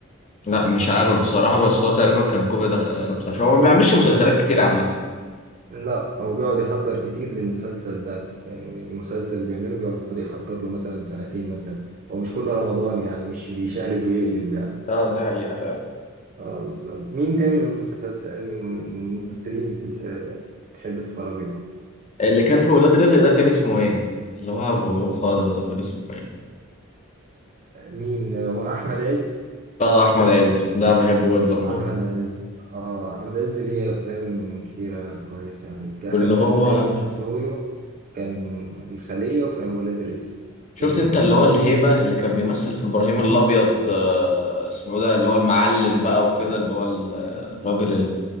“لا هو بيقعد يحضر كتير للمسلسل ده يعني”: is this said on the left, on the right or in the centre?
Right